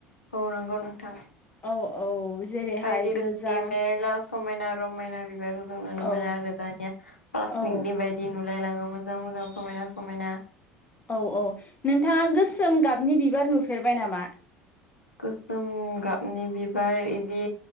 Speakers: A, on the left (about 85°); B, on the left (about 20°).
A: औ नंगौ नोंथां।
B: औ औ। जेरैहाय
A: बायदि रोखोमनि
B: गोजा
A: मेला समायना रमायना बिबारखौ जों नुनो
B: औ
A: मोनो आरो दानिया प्लास्टिकनि
B: औ
A: बायद दि नुलायलाङो मोजां मोजां समायना समायना।
B: औ औ नोंथाङा गोसोम गाबनि बिबार नुफेरबाय नामा?
A: गोसोम गाबनि बिबार इदि